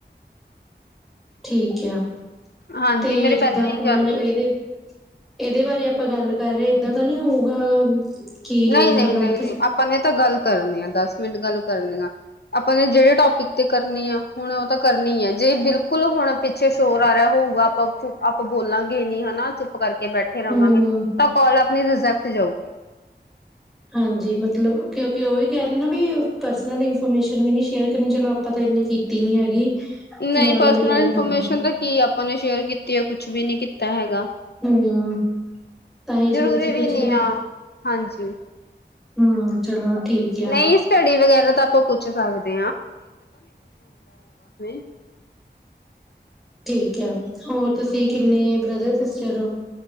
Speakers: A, in the centre; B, on the left.
A: ਠੀਕ ਯਾ।
B: ਹਾਂਜੀ
A: ਤੇ
B: ਮੇਰੇ
A: ਜਿੱਦਾਂ
B: ਪਹਿਲਾਂ
A: ਆਪਾਂ
B: ਹੀ ਚੱਲ
A: ਹੁਣ ਇਹਦੇ
B: ਰਹੇ
A: ਇਹਦੇ ਬਾਰੇ ਆਪਾਂ ਗੱਲ ਕਰ ਰਹੇ ਏਦਾਂ ਤਾਂ ਨਹੀਂ ਹੋਊਗਾ ਕਿ
B: ਨਹੀਂ, ਨਹੀਂ,
A: ਮਤਲਬ
B: ਨਹੀਂ,
A: ਉੱਥੇ
B: ਨਹੀਂ। ਅੱਪਾ ਨੇ ਤਾਂ ਗੱਲ ਕਰਨੀ ਆ ਦਸ ਮਿੰਟ ਗੱਲ ਕਰਨੀ ਆ। ਆਪਾਂ ਨੇ ਜਿਹੜੇ ਟੋਪਿਕ ਤੇ ਕਰਨੀ ਆ ਹੁਣ ਉਹ ਤਾਂ ਕਰਨੀ ਹੈ। ਜੇ ਬਿਲਕੁਲ ਹੁਣ ਪਿੱਛੇ ਸ਼ੋਰ ਆ ਰਿਹਾ ਹੋਊਗਾ, ਆਪਾਂ ਆਪਾਂ ਬੋਲਾਂਗੇ ਨੀ ਹਨਾ ਚੁੱਪ ਕਰਕੇ ਕੇ ਬੈਠੇ ਰਵਾਂਗੇ।
A: ਹਮ
B: ਤਾਂ ਕਾਲ ਆਪਣੀ ਰਿਜ਼ੈਕਟ ਜਾਊਗੀ।
A: ਹਾਂਜੀ। ਮਤਲਬ, ਕਿਉਂਕਿ ਉਹ ਵੀ ਕਹਿ ਰਹੇ ਨਾ ਵੀ ਪਰਸਨਲ ਇਨਫੋਰਮੇਸ਼ਨ ਵੀ ਨੀ ਸ਼ੇਅਰ ਕਰਨੀ। ਚਲੋ ਆਪਾਂ ਤਾਂ ਇੰਨੀ ਕੀਤੀ ਨੀ ਹੈਗੀ।
B: ਨਹੀਂ
A: ਨੋਰਮਲੀ
B: ਪਰਸਨਲ
A: ਗੱਲ
B: ਇਨਫੋਰਮੇਸ਼ਨ
A: ਕਰ ਰਹੇ
B: ਤਾਂ ਕੀ ਆਪਾਂ ਨੇ ਸ਼ੇਅਰ ਕੀਤੀ ਹੈ ਕੁਛ ਕੁਛ ਵੀ ਨਹੀਂ ਕੀਤਾ ਹੈਗਾ
A: ਹਮ ਤਾਂਹੀ ਜਦੋਂ
B: ਜ਼ਰੂਰੀ
A: ਤੁਸੀਂ
B: ਵੀ
A: ਪੁੱਛਦੇ
B: ਨੀ ਆ ਹਾਂਜੀ
A: ਹਮ ਚਲੋ ਠੀਕ ਆ
B: ਨਹੀਂ ਸਟੱਡੀ ਵਗੈਰਾ ਤਾਂ ਆਪਾਂ ਪੁੱਛ ਸਕਦੇ <unintelligible>
A: ਠੀਕ ਹੈ ਹੋਰ ਤੁਸੀਂ ਕਿੰਨੇ ਬ੍ਰਦਰ ਸਿਸਟਰ ਹੋ